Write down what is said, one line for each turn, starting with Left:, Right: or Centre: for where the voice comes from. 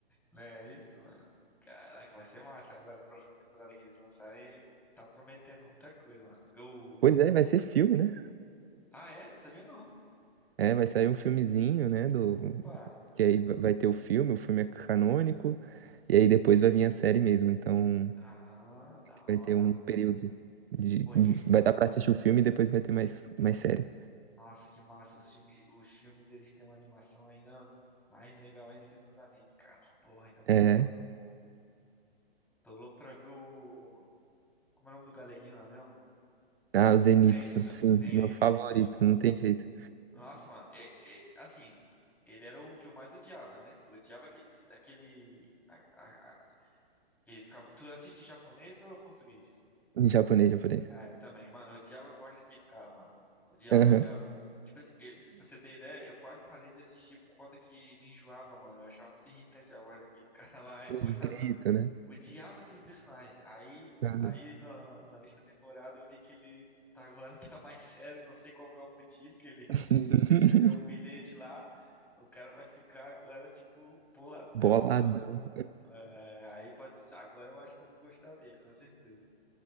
Centre: Né, é isso, mano. Caraca, vai ser massa. Agora, a próxima temporada que eles lançarem, tá prometendo muita coisa, mano. O...
Right: Pois é, vai ser filme, né?
Centre: Ah, é? Sabia não.
Right: É, vai sair um filmezinho, né? Do...
Centre: Opa!
Right: Que aí va- vai ter o filme, o filme é canônico, e aí depois vai vir a série mesmo. Então
Centre: Ah, da
Right: vai
Centre: hora,
Right: ter um
Centre: mano.
Right: período de.
Centre: Foi,
Right: Vai dar pra assistir o filme e depois vai ter mais, mais série.
Centre: nossa, que massa. Os filmes, os filmes, eles têm uma animação ainda mais legal ainda que nos animes, cara. Porra, então vai
Right: É.
Centre: ser massa. Tô louco pra ver o... Como é o nome do galeguinho lá mesmo?
Right: Ah, o Zenitsu,
Centre: Zenitsu,
Right: sim,
Centre: Zenitsu,
Right: meu favorito,
Centre: tô louco.
Right: não tem jeito.
Centre: Nossa, mano, é- é- assim, ele era o que eu mais odiava, né? Eu odiava aqueles, aquele... a- a- a- ele ficava... Tu assiste em japonês ou português?
Right: Em japonês, japonês.
Centre: É, eu também, mano. Eu odiava a voz daquele cara, mano. Odiava,
Right: Aham.
Centre: odiava. Tipo assim, eu, se- pra você ter ideia, eu quase parei de assistir por conta que me enjoava, mano. Eu achava muito irritante a voz daquele <laughs> cara lá. Eu
Right: Os
Centre: não gostava
Right: gritos,
Centre: do...
Right: né?
Centre: Odiava aquele personagem. Aí,
Right: Aham.
Centre: aí na, na última temporada eu vi que ele tá agora <laughs> tá mais sério. Não sei qual que é o motivo que ele
Right: <laughs>
Centre: <laughs> recebeu um bilhete lá. O cara vai ficar agora, tipo, boladão,
Right: Boladão.
Centre: mano. É, aí pode... ser- Agora eu acho que eu vou gostar dele, com certeza.